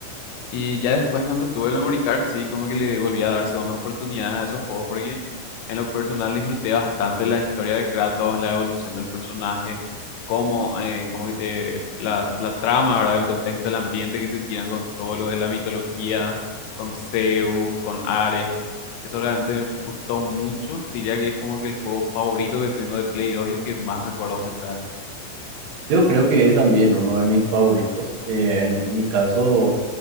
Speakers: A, on the left; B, on the right.
A: Y ya después cuando tuve el memory card, sí, como que le volví a dar segundas oportunidades a esos juegos porque en lo personal disfruté bastante la historia de Kratos, la evolución del personaje, cómo, eh, como que te, la, la trama, ¿verdad? El contexto, el ambiente que te tiran con todo lo de la mitología, con Zeus, con Ares. Eso realmente me gustó mucho. Diría que es como que el juego favorito que tengo de Play 2 y el que más recuerdos me trae.
B: Yo creo que es también uno de mis favoritos. Eh, en, en mi caso,